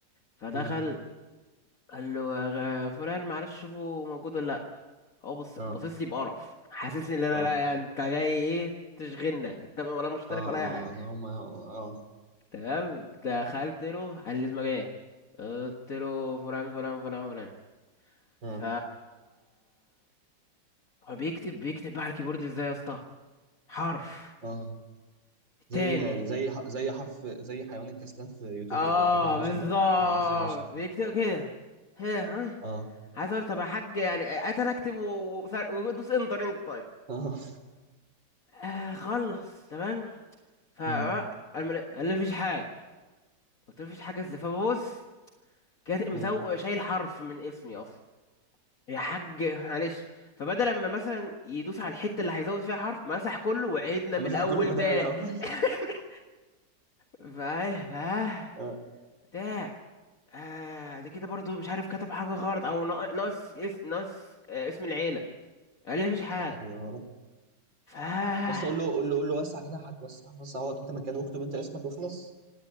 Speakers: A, on the left; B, on the right.
A: فدخل
B: مم.
A: قال له يا غ- فلان معلش شوفه موجود ولا لا هو بص
B: اه
A: بصيص لي بقرف حاسسني لا لا
B: اه
A: لا انت جاي ايه تشغلنا انت ولا مشترك
B: اه
A: ولا اي
B: اه
A: حاجه
B: اه هما اه اه
A: تمام دخلت له قال لي اسمك ايه قلت له فلان فلان فلان فلان
B: اه
A: ف هو بيكتب بيكتب بقى على الكيبورد ازاي يا اسطى حرف
B: آه. زي
A: تاني
B: زي ح- زي حرف زي حيوان الكسلان في يوتوبيا
A: اه
B: كده فاكر المشهد
A: بالظبط
B: ده؟ آه، نفس المشهد
A: يكتب
B: ده.
A: كده هي ها
B: اه
A: عايز اقول طب يا حاج يعني اتر اكتب و- وسر- ودوس انتر انت طيب
B: <laughs> اه
A: آه خلص تمام ف
B: امم
A: الم- قال لي مفيش حاجه قلت له مفيش حاجه ازاي فببص كاتب مسوق
B: امم
A: شايل حرف من اسمي اصلا يا حاج معلش فبدل ما مثلا يدوس على الحته اللي هيزود فيها حرف مسح كله وعيدنا
B: مسح
A: من الاول
B: كله بدأ
A: تاني
B: من الأول
A: <laughs> فايه فايه
B: اه
A: بتاع آه ده كده برضو مش عارف كتب حاجة غلط أو ناق- ناقص اس- ناقص آه، اسم العيلة قال لي مفيش حاجة
B: ساتر يا رب
A: فا
B: بس قول له قول له قول له وسع كده يا حاج وسع وسع اقعد انت مكانه واكتب انت اسمك واخلص